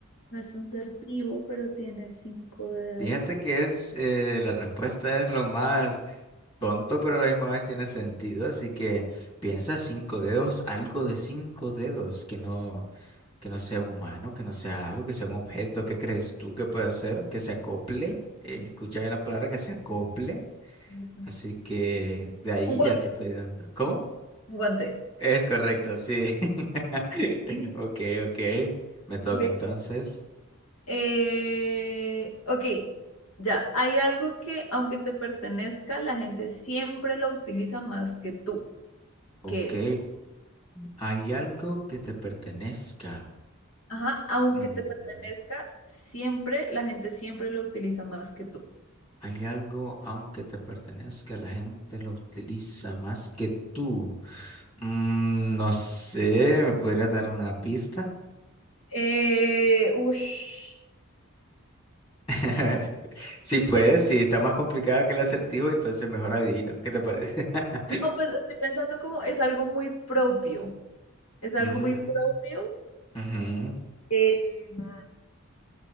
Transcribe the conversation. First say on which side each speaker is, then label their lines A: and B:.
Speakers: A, on the left; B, on the left.
A: No es un ser vivo, pero tiene cinco dedos.
B: Fíjate que es eh, la respuesta es lo más tonto, pero a la misma vez tiene sentido. Así que piensa cinco dedos, algo de cinco dedos, que no, que no sea un humano, que no sea algo, que sea un objeto. ¿Qué crees tú que puede hacer? Que se acople. eh, escucha bien la palabra, que se acople.
A: Un
B: Así que de ahí
A: guante,
B: ya te estoy dando. ¿Cómo?
A: un guante.
B: Es correcto, sí. <laughs> Ok, ok. Me toca
A: Le-
B: entonces.
A: Eh, ok, ya. Hay algo que, aunque te pertenezca, la gente siempre lo utiliza más que tú,
B: Ok,
A: qué es,
B: hay algo que te pertenezca.
A: ajá, aunque
B: Mm,
A: te pertenezca, siempre, la gente siempre lo utiliza más que tú.
B: hay algo, aunque te pertenezca, la gente lo utiliza más que tú. Mm, no sé, ¿me podrías dar una pista?
A: Eh, ush,
B: <laughs> Si puedes,
A: Es
B: si está más complicada que el acertijo, entonces mejor adivino. ¿Qué te parece? <laughs>
A: No, pues estoy pensando como es algo muy propio, es algo
B: Mm,
A: muy propio,
B: ujú,
A: eh, mm,